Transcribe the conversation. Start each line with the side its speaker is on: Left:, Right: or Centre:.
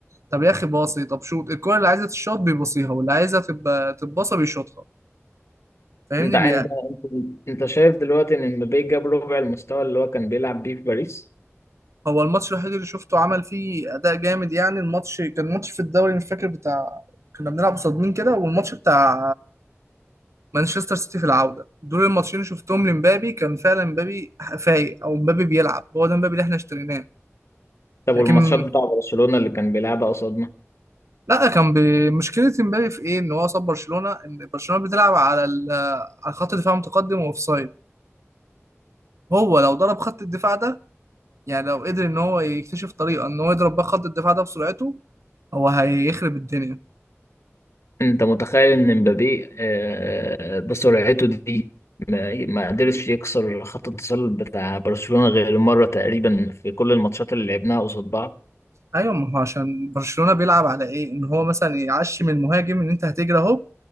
Right: طب يا اخي باصي طب شوط الكوره اللي عايزه تتشوط بيبصيها واللي عايزه تبقى تتباصى بيشوطها فاهمني
Left: انت انت انت انت شايف دلوقتي ان امبابي جاب ربع المستوى اللي هو كان بيلعب بيه في باريس
Right: هو الماتش الوحيد اللي شفته عمل فيه اداء جامد يعني الماتش كان ماتش في الدوري مش فاكر بتاع كنا بنلعب قصاد مين كده والماتش بتاع مانشستر سيتي في العوده دول الماتشين اللي شفتهم لمبابي كان فعلا مبابي فايق او مبابي بيلعب هو ده مبابي اللي احنا اشتريناه
Left: طب
Right: لكن
Left: والماتشات بتاع برشلونه اللي كان بيلعبها قصاد
Right: لا كان بمشكله مبابي في ايه ان هو صاب برشلونه ان برشلونه بتلعب على ال- على خط دفاع متقدم واوفسايد هو لو ضرب خط الدفاع ده يعني لو قدر ان هو يكتشف طريقه ان هو يضرب بقى خط الدفاع ده بسرعته هو هيخرب الدنيا
Left: انت متخيل ان مبابي آه، بسرعته دي ما ما قدرش يكسر خط التسلل بتاع برشلونة غير مرة تقريبا في كل الماتشات اللي لعبناها قصاد بعض
Right: ايوه ما هو عشان برشلونه بيلعب على ايه ان هو مثلا يعشم المهاجم ان انت هتجري اهو